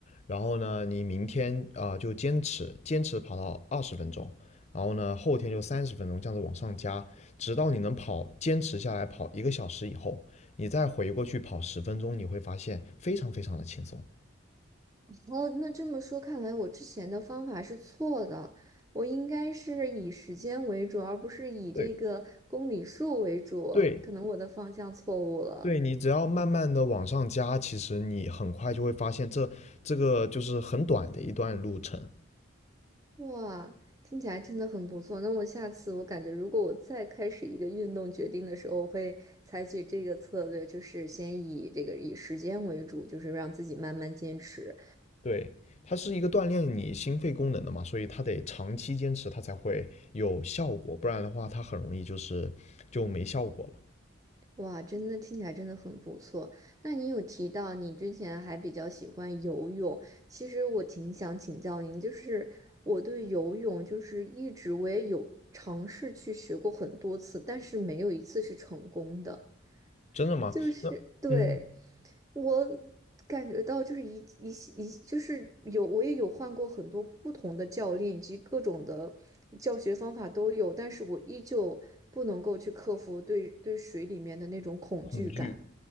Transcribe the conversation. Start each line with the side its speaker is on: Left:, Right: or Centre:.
Left: 然后呢，你明天啊、呃就坚持坚持跑到二十分钟，然后呢后天就三十分钟，这样子往上加，直到你能跑坚持下来跑一个小时以后，你再回过去跑十分钟，你会发现非常非常的轻松。
Right: 哦，那这么说，看来我之前的方法是错的，我应该是以时间为主，而不是以这个公里数为主，
Left: 对对，
Right: 可能我的方向错误了。
Left: 对，你只要慢慢的往上加，其实你很快就会发现这这个就是很短的一段路程。
Right: 哇，听起来真的很不错。那我下次我感觉，如果我再开始一个运动决定的时候，我会采取这个策略，就是先以这个以时间为主，就是让自己慢慢坚持。
Left: 对，它是一个锻炼你心肺功能的嘛，所以它得长期坚持，它才会有效果，不然的话它很容易就是就没效果了。
Right: 哇，真的听起来真的很不错。那你有提到你之前还比较喜欢游泳，其实我挺想请教您，就是我对游泳就是一直我也有尝试去学过很多次，但是没有一次是成功的。
Left: 真的吗？
Right: 就是对
Left: 那嗯，
Right: 我感觉到，就是一一系一系，就是有我也有换过很多不同的教练，以及各种的教学方法都有，但是我依旧不能够去克服对对水里面的那种恐惧感。
Left: 恐惧。